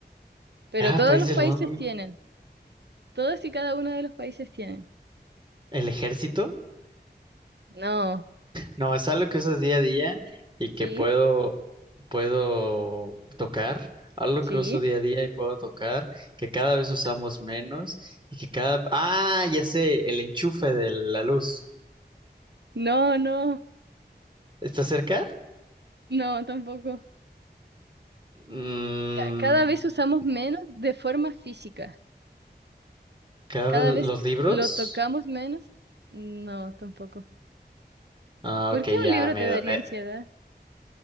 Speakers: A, on the right; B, on the right.
A: Pero
B: Cada
A: todos
B: país
A: los
B: del
A: países
B: mundo,
A: tienen. Todos y cada uno de los países tienen.
B: el ejército.
A: No,
B: No, es algo que usas día a día y que
A: sí,
B: puedo, puedo tocar. Algo
A: sí.
B: que uso día a día y puedo tocar, que cada vez usamos menos y que cada... Ah, ya sé, el enchufe de la luz.
A: No, no,
B: ¿Está cerca?
A: no, tampoco.
B: Mm,
A: Mira, cada vez usamos menos de forma física.
B: cada
A: Cada
B: vez
A: vez
B: los libros.
A: lo tocamos menos. No, tampoco.
B: Ah,
A: ¿Por
B: ok,
A: qué un
B: ya
A: libro
B: me,
A: te daría
B: me-
A: ansiedad?